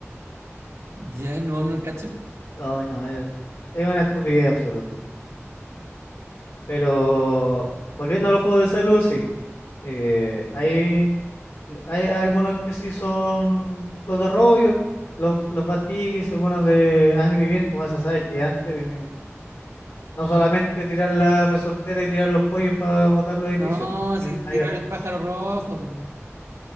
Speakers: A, on the right (about 80°); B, on the left (about 70°).
A: Ya <laughs> no, no cacho.
B: Ay, no, es, es una estupidez absoluta. sí. Pero volviendo a los juegos de salud, sí. Eh, ahí Hay algunos que sí son los de Robio, los, los Bad Piggies, algunos de Angry Birds, como esas aves gigantes. tiene- no solamente tirar la resortera y tirar los pollos para botar los edificios,
A: No,
B: también
A: si tirar
B: hay harto.
A: el pájaro rojo.